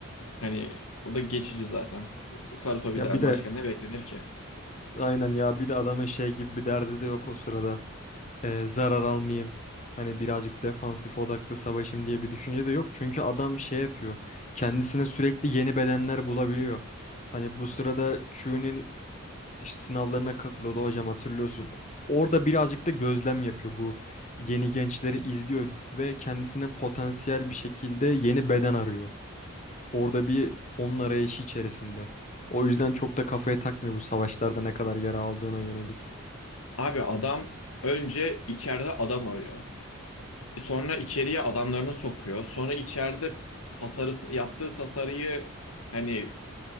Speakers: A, on the left (about 80°); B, on the left (about 35°).
A: Hani o da geçici zaten. Sarutobi'den
B: Ya bir de
A: başka ne beklenir ki?
B: aynen ya bir de adamın şey gibi bir derdi de yok o sırada. Ee, zarar almayayım. Hani birazcık defansif odaklı savaşım diye bir düşünce de yok. Çünkü adam şey yapıyor. Kendisine sürekli yeni bedenler bulabiliyor. Hani bu sırada Chu'nin sınavlarına katılıyordu hocam hatırlıyorsun. Orada birazcık da gözlem yapıyor bu yeni gençleri izliyor ve kendisine potansiyel bir şekilde yeni beden arıyor. Orada bir onun arayışı içerisinde. O yüzden çok da kafaya takmıyor bu savaşlarda ne kadar yara aldığına yönelik.
A: Abi adam önce içeride adam arıyor. Sonra içeriye adamlarını sokuyor. Sonra içeride tasarısı yaptığı tasarıyı hani